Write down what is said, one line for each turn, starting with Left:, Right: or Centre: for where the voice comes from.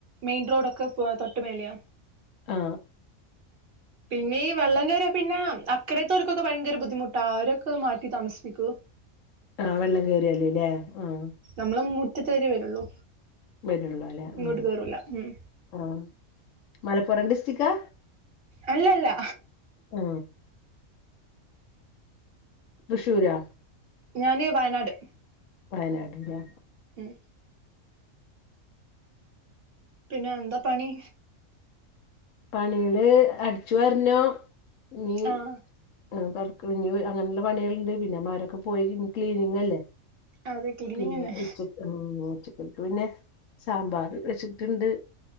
Right: മെയിൻ റോഡൊക്കെ തൊട്ട് മേലെയാണ്.
Left: ആ
Right: പിന്നെ ഈ വെള്ളം കയറിയ പിന്നെ അക്കരത്തോർക്കൊക്കെ ഭയങ്കര ബുദ്ധിമുട്ടാ അവരൊക്കെ മാറ്റി താമസിപ്പിക്കു
Left: ആ വെള്ളം കേയറിയല്ല്ലേ ആ
Right: നമ്മള മുറ്റത്ത് വരെ വരുള്ളൂ.
Left: വരുള്ളൂ അല്ലേ
Right: ഇങ്ങോട്ട്
Left: ആ
Right: കേറൂല ഉം
Left: ആ മലപ്പുറം ഡിസ്ട്രികാ?
Right: അല്ലല്ല.
Left: ആ തൃശൂരാ.
Right: ഞാൻ വയനാട്.
Left: വയനാട് ലെ.
Right: ഉം പിന്നെ എന്താ പണി?
Left: പണികൾ അടിച്ചു വർണം നീ
Right: ആഹ്
Left: കു <unintelligible> ഇങ് അങ്ങനെയുള്ള പണികളുണ്ട് പിന്നെമാരൊക്കെ പോയി ക്ലീനിങ് അല്ലേ.
Right: അതെ ക്ലീനിങ്
Left: പിന്നെ
Right: തന്നെ
Left: ഉച്ചക് ച്ചകക് പിന്നെ സാമ്പാർ വെച്ചിട്ടുണ്ട്